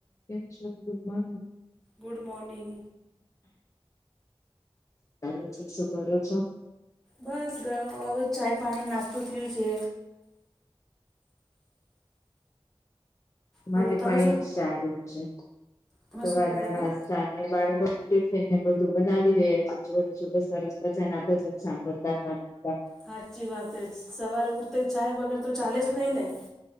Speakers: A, on the left; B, in the centre.
A: કેમ છો good morning
B: good morning
A: તમે શું શૂં કરો છો
B: બસ હવે ચાય પાણી નાસ્તું થયું છે
A: મારે
B: બોલો તમે
A: પણ
B: શું
A: જ ચાલુ છે
B: તમે
A: તો સાવારના
B: શું કરતા હતા?
A: બાળકો ટીફિંન ને બધું બનાવીદે છો છોટસતા સાંભળતા હતા હા
B: હાજચ વાત હ સવારે ઉઠતા ચાય વગર તો ચાલે જ નહી